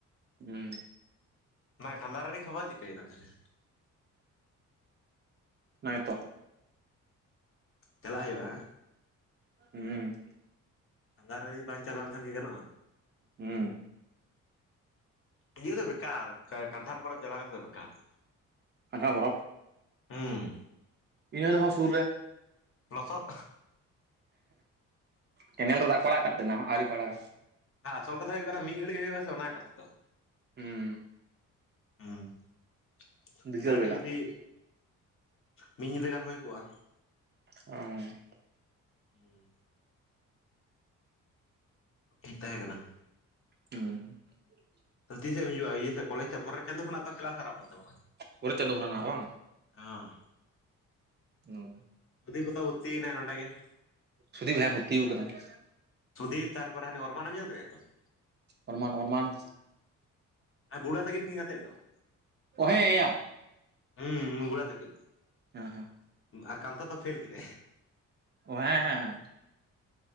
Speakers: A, on the right; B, on the left.
A: ᱦᱮᱸ
B: ᱚᱱᱟ ᱠᱷᱟᱺᱫᱟ ᱨᱟᱱᱤ ᱠᱷᱚᱵᱚᱨ ᱪᱤᱠᱟᱹᱭᱮᱱᱟ ᱛᱟᱦᱚᱞᱮᱼᱼ
A: ᱦᱮᱸ ᱛᱚᱼᱼ
B: ᱪᱟᱞᱟᱜ ᱦᱩᱭᱩᱜᱼᱟ ᱦᱮᱸ
A: ᱦᱩᱸ
B: ᱟᱸᱫᱷᱟᱨᱟᱨ ᱵᱟᱝ ᱪᱟᱞᱟᱣ ᱞᱮᱱᱟᱱ ᱜᱮ ᱜᱟᱱᱚᱜᱼᱟ᱾
A: ᱦᱮᱸ
B: ᱛᱤᱭᱩᱠ ᱫᱚ ᱵᱮᱠᱟᱨ ᱠᱟᱱᱴᱷᱟᱲ ᱯᱚᱨᱚᱵᱽ ᱪᱟᱞᱟᱣ ᱠᱟᱛᱮᱫ ᱫᱚ ᱵᱮᱠᱟᱨ ᱾
A: ᱟᱪᱪᱷᱟ <unintelligible>
B: ᱦᱩᱸ
A: <unintelligible> ᱥᱩᱨ ᱨᱮ
B: ᱞᱚᱥᱚᱫ
A: ᱠᱮᱱᱮᱞ ᱨᱮ ᱫᱟᱜ ᱠᱚ ᱟᱲᱟᱜ ᱟᱠᱟᱛᱮ ᱚᱱᱟ ᱦᱚᱸ ᱟᱣᱨᱤ ᱠᱚ ᱚᱲᱟᱜᱼᱼ
B: ᱦᱮᱸ ᱥᱚᱵ ᱠᱟᱛᱷᱟ ᱦᱩᱭᱩᱜ ᱠᱟᱱᱟ ᱢᱤᱫ ᱜᱷᱟᱟᱹᱲᱤᱡ ᱦᱩᱭᱩᱜᱼᱟ ᱥᱮ ᱚᱱᱟ ᱠᱟᱛᱷᱟ ᱫᱚ ᱾
A: ᱦᱩᱸ
B: ᱦᱩᱸ
A: ᱵᱤᱠᱮᱞ
B: ᱜᱟᱜᱮ
A: ᱵᱮᱞᱟ
B: ᱡᱩᱫᱤᱼᱼ ᱢᱤᱫ ᱧᱤᱫᱟᱹ ᱜᱟᱱ ᱦᱩᱭ ᱠᱚᱜᱼᱟ ᱾
A: ᱚ <unintelligible>
B: ᱚᱸ ᱴᱷᱤᱠ ᱛᱟᱦᱮᱸ ᱠᱟᱱᱟ ᱾
A: ᱦᱮᱸ <unintelligible>
B: ᱛᱤᱥᱮ ᱮᱢ ᱦᱤᱡᱩᱜᱼᱟ ᱤᱭᱟᱹ ᱥᱮ ᱠᱚᱮᱡᱽ ᱥᱮ ᱯᱚᱨᱮᱨ ᱪᱟᱸᱫᱚ ᱠᱷᱚᱱᱟᱜᱚ ᱠᱮᱞᱟᱥ ᱟᱨᱟᱢᱵᱷᱚᱜ ᱛᱵᱚᱱᱟ ᱾
A: ᱯᱚᱨᱮ ᱪᱟᱸᱫᱚ ᱠᱷᱚᱱᱟᱸᱜ ᱵᱟᱝ
B: ᱦᱚᱸ
A: <unintelligible>
B: ᱩᱫᱷᱤᱯᱚᱛᱚ ᱵᱷᱩᱛᱛᱤ ᱭᱮᱱᱟᱭ ᱱᱚᱸᱰᱮ ᱜᱮ ᱾
A: ᱥᱩᱫᱷᱤᱯ ᱱᱟᱭ ᱵᱷᱚᱛᱛᱤ ᱟᱠᱟᱱᱟ ᱾
B: ᱥᱩᱫᱤᱯ ᱛᱟᱨᱯᱚᱨᱮ ᱦᱟᱱᱤ ᱚᱨᱢᱟᱱᱮᱢ ᱧᱮᱞ ᱟᱠᱟᱫ ᱫᱮᱭᱟ ᱛᱚ ᱾
A: ᱚᱨᱢᱟᱱ ᱚᱨᱢᱟᱱ
B: ᱦᱮ ᱵᱩᱲᱟᱹ ᱛᱟᱹᱠᱤᱱ ᱠᱤᱱ ᱜᱟᱛᱮᱫ ᱫᱚ ᱾
A: ᱚ ᱦᱮᱸ ᱮᱭᱟ <unintelligible>
B: ᱦᱩᱸ ᱵᱩᱲᱟ ᱛᱟᱠᱤᱱ
A: ᱦ ᱦᱮ <unintelligible>
B: ᱟᱨ ᱠᱟᱱᱛᱷᱟ ᱛᱚ ᱯᱷᱮᱞ ᱠᱮᱫᱟᱭ᱾
A: ᱚᱸ ᱦᱮᱸ ᱦᱮᱸ ᱦᱮᱸ ᱾